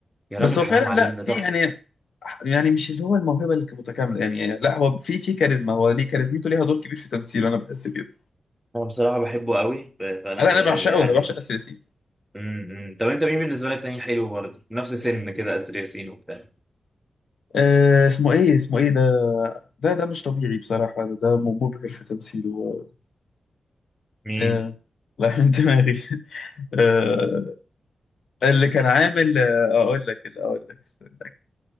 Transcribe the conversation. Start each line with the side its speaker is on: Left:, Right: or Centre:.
Centre: راجل
Left: بس هو
Centre: حرام
Left: فعلا
Centre: عليك
Left: لا
Centre: ده
Left: في
Centre: تحفه
Left: يعني يعني مش اللي هو الموهبه اللي متكامله يعني لا هو في في كاريزما هو ليه كاريزمته ليها دور كبير في تمثيله انا بحس كده
Centre: انا بصراحه بحبه قوي ف- فانا
Left: لا
Centre: م...
Left: انا بعشقه
Centre: يعني
Left: انا بعشق اسيا ياسين
Centre: امم إمم. طب انت مين بالنسبه لك تاني حلو برضه نفس سن كده اسر ياسين وبتاع
Left: آه، اسمه ايه اسمه ايه ده ده ده مش طبيعي بصراحة ده ده م- مبهر في تمثيله
Centre: مين
Left: آه، راح من دماغي <laughs> آه، اللي كان عامل آه، اقول لك اقول لك استنى.